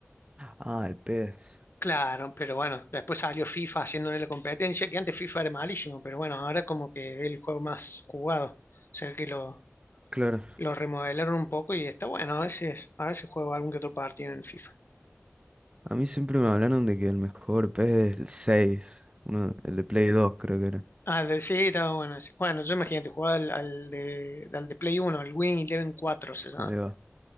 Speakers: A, on the right; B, on the left.
A: Ah, el PES.
B: Claro, pero bueno, después salió FIFA haciéndole la competencia, que antes FIFA era malísimo, pero bueno, ahora como que es el juego más jugado. O sea que lo,
A: Claro.
B: lo remodelaron un poco y está bueno, a veces, a veces juego algún que otro partido en FIFA.
A: A mí siempre me hablaron de que el mejor PES es el 6, Uno, el de Play 2, creo que era.
B: Ah, de, sí, está bueno. sí. Bueno, yo imagínate, jugaba al, al de, al de Play Uno el Win Eleven cuatro se llama.
A: Ahí va.